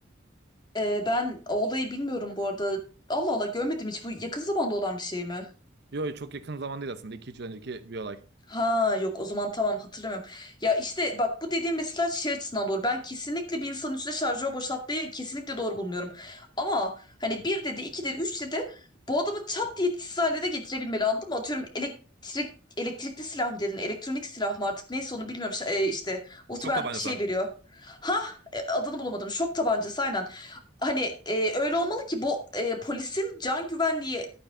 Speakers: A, on the left (about 25°); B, on the right (about 60°).
A: Ee, ben o olayı bilmiyorum bu arada. Allah Allah görmedim hiç. Bu yakın zamanda olan bir şey mi?
B: Yok çok yakın zaman değil aslında. 2-3 önceki bir olay.
A: Ha yok o zaman tamam hatırlamıyorum. Ya işte bak bu dediğim mesela şey açısından doğru. Ben kesinlikle bir insanın üstüne şarjör boşaltmayı kesinlikle doğru bulmuyorum. Ama hani bir dedi, iki dedi, üç dedi bu adamı çat diye etkisiz hale de getirebilmeli anladın mı? Atıyorum elektrik elektrikli silah mı dedin? Elektronik silah mı artık neyse onu bilmiyorum. Ş- e, işte muhtemelen
B: Çok tabancası.
A: şey veriyor. Ha e, adını bulamadım. Şok tabancası aynen. Hani e, öyle olmalı ki bu e, polisin can güvenliği